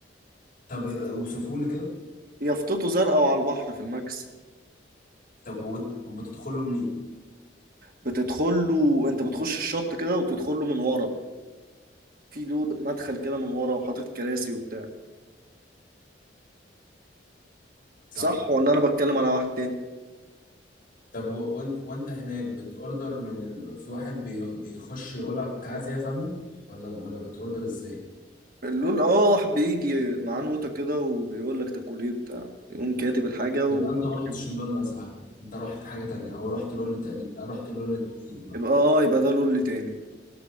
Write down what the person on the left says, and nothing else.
طب اوصفه لي كده
طب وانت بتدخله منين
صح
طب و- وانت وانت هناك بتوردر من ال... في واحد بي- بيخش يقول لك عايز ايه يا فندم ولا ولا بتوردر ازاي؟
يبقى انت ما رحتش
اللول يا صاحبي انت رحت حاجه تانية او رحت لول تقليد او رحت اللول الحقيقي بقى